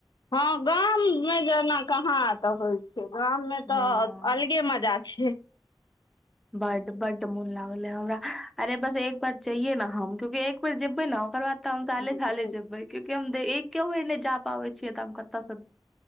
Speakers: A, on the left (about 75°); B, in the centre.
A: हँ गाममें जेना कहाँ अतऽ होइ छै गाम में तऽ
B: हँ
A: अलगे मजा छय
B: बड बड्ड मोन लागले हमरा अरे बस एक बार चइये ने हम क्यूंकि एक बेेर जेबै न ओकर बाद तऽ हम साले
A: किया
B: साल जेबै क्यूंकि हम देक क्यउये नै जा पाबै छियै तऽ हम कतऽसँ